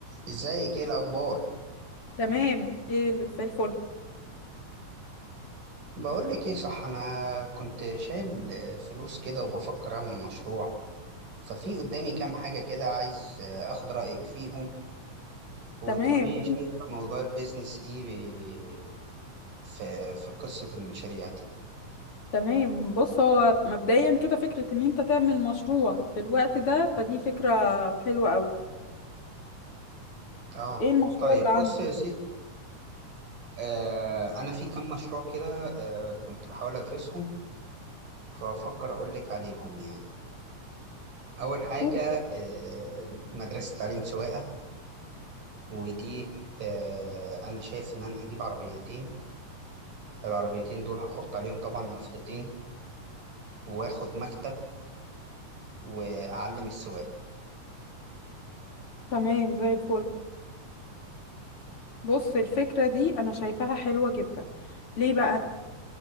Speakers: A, on the right; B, on the left.
A: ازيك ايه الاخبار
B: تمام ايه اللي زي الفل
A: بقول لك ايه صح انا كنت شايل فلوس كده وبفكر اعمل مشروع ففي قدامي كام حاجه كده عايز اخد رايك فيهم وتقولي
B: تمام
A: لي شايفه موضوع البيزنس ايه ب- في في قصه المشاريع دي
B: تمام بص هو مبدئيا كده فكرة ان انت تعمل مشروع في الوقت ده فدي فكرة حلوة قوي
A: اه
B: ايه المشروع
A: طيب
B: اللي عندك
A: بص يا سيدي آه انا في كام مشروع كده آه كنت بحاول ادرسهم فبفكر اقول لك عليهم يعني اول حاجه
B: قول.
A: آه مدرسه تعليم سواقه ودي آه انا شايف ان انا هجيب عربيتين العربيتين دول هحط عليهم طبعا مفطتين واخد مكتب واعلم السواق
B: تمام زي الفل بص الفكرة دي انا شايفاها حلوة جدا ليه بقى